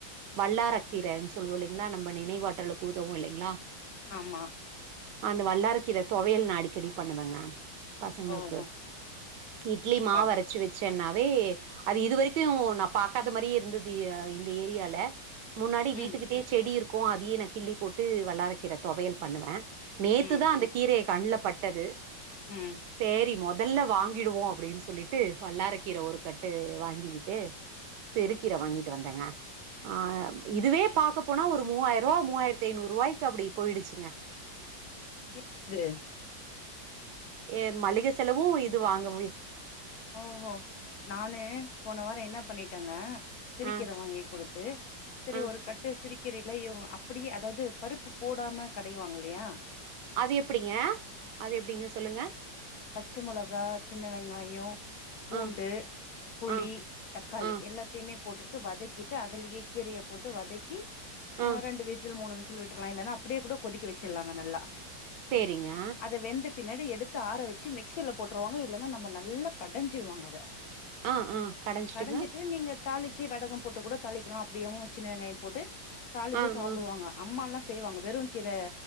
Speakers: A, on the right (about 75°); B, on the left (about 65°).
A: வல்லாரக்கீரன்னு சொல்லுவோ இல்லைங்களா நம்ம நினைவாற்றலுக்கு உதவு இல்லைங்களா
B: ஆமா
A: அந்த வல்லாரக் கீர தொவையல் நா அடிக்கடி பண்ணுவங்க பசங்கள்க்கு
B: ஓஹோ
A: இட்லி மாவு
B: பாரு
A: அரச்சு வச்சனாவே அது இது வரைக்கு நா பாக்காத மாரியே இருந்தது இந்த ஏரியால முன்னாடி வீட்டுக்கிட்டயே
B: ம்
A: செடி இருக்கு அதியே நா கிள்ளி போட்டு வல்லார கீர தொவையல் பண்ணுவ நேத்து
B: ம்
A: தா அந்த கீர ஏ கண்ணுல பட்டது
B: ம்
A: சேரி மொ முதல்ல வாங்கிடுவோ அப்டின்னு சொல்லிட்டு வல்லாரக்கீர ஒரு கட்டு வாங்கிகிட்டு சிருக்கீர வாங்கிட்டு வந்தங்க ஆ இதுவே பாக்க போனா ஒரு மூவாய்ரூவா மூவாயிரத்தி ஐய்நூறுவாய்க்கு அப்டி போய்டுச்சுங்க
B: இப் து
A: ஏ மளிக செலவு இது வாங்கவே
B: ஓஹோ நானு போன வாரோ என்ன பண்ணிட்டங்க சிருக்கீர
A: ஆ
B: வாங்கி கொடுத்து சரி
A: ஆ
B: ஒரு கட்டு சிருக் கீரைல்ல இவுங்க அப்டியே அதாவ்து பருப்பு போடாம கடையுவாங்க இல்லயா
A: அது எப்டிங்க அது எப்டிங்க சொல்லுங்க
B: பச்ச மொளகா சின்ன வெங்காயோ பூண்டு
A: ஆ
B: புளி
A: ஆ
B: தக்காளி
A: ஆ
B: எல்லாத்தயுமே போட்டுட் ட்டு வதக்கிட்டு அதுலயே கீரய போட்டு வதக்கி அ
A: ஆ
B: ரெண்டு விசில் மூணு விசில் விட்டு ட்ரய்லன்னா அப்டியே கூட கொதிக்க வெச்சுர்லாங்க நல்லா
A: சேரிங்க
B: அத வெந்த பின்னாடி எடுத்து ஆற வெச்சு மிக்சில போட்ருவாங்க இல்லன்னா நம்ம நல்லா கடஞ்சுருவாங்க அத
A: ஆ ஆ கடஞ்சுட்டுங்க.
B: கடஞ்சிட்டு நீங்க தாளிச்சு வடகம் போட்டு கூட தாளிக்கலா அப்டியேவு சின்ன வெங்காயம் போட்டு தாளிச்சு
A: ஆ
B: சாப்டுவாங்க
A: ஆ
B: அம்மா எல்லா செய்வாங்க வெறு கீர